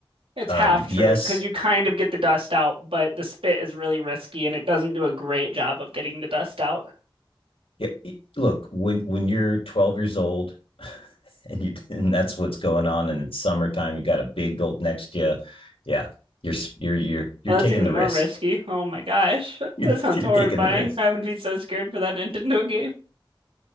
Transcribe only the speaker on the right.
It's
half
true because you kind of get the dust out, but the spit is really risky and it doesn't do a great job of getting the dust out.
Well,
that's even
more
risky. Oh my gosh.
<laughs>
That sounds
horrifying.
I would be so scared for that Nintendo game.